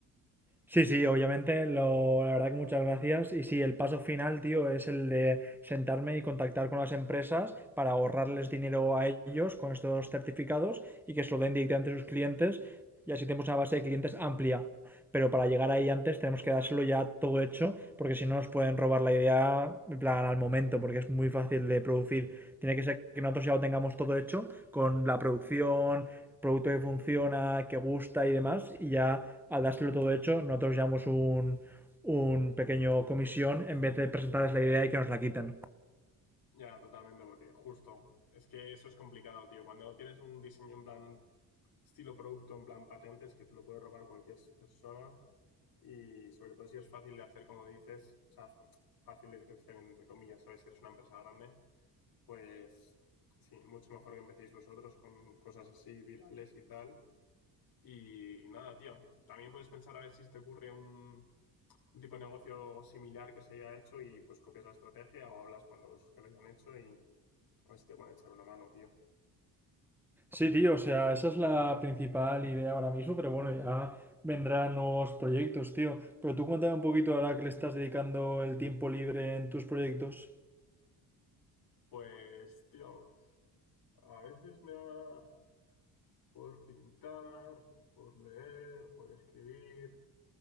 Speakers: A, in the centre; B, on the left (about 65°).
A: Sí, sí, obviamente, lo, la verdad que muchas gracias. Y sí, el paso final, tío, es el de sentarme y contactar con las empresas para ahorrarles dinero a ellos con estos certificados y que se lo den directamente a sus clientes y así tenemos una base de clientes amplia. pero para llegar ahí antes tenemos que dárselo ya todo hecho, porque si no nos pueden robar la idea en plan, al momento, porque es muy fácil de producir. Tiene que ser que nosotros ya lo tengamos todo hecho con la producción, producto que funciona, que gusta y demás, y ya al dárselo todo hecho, nosotros llevamos un, un pequeño comisión en vez de presentarles la idea y que nos la quiten.
B: ya totalmente, porque justo, es que eso es complicado, tío. Cuando no tienes un diseño en plan estilo producto, en plan patentes, que te lo puede robar cualquier persona, Y sobre todo si es fácil de hacer, como dices, o sea, fácil de hacer entre comillas, ¿sabes? Si eres una empresa grande, pues sí, mucho mejor que empecéis vosotros con cosas así virales y tal. Y, y nada, tío, también puedes pensar a ver si te ocurre un, un tipo de negocio similar que se haya hecho y pues copias la estrategia o hablas con los que lo hayan hecho y a ver si te pueden echar una mano, tío.
A: Sí, tío, o sea, esa es la principal idea ahora mismo, pero bueno, ya vendrán nuevos proyectos, tío. Pero tú cuéntame un poquito ahora que le estás dedicando el tiempo libre en tus proyectos.
B: Pues, tío, a veces me da por pintar, por leer, por escribir,